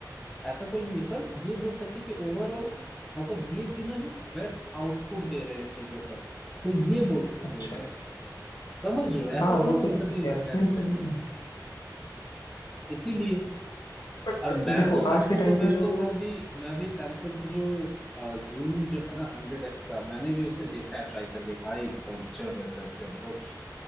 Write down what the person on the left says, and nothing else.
अच्छा
हाँ
वो
तो
ठीक
है
हम्म
हम्म
हम्म
बट
देखो
आज
के टाइम
पे जो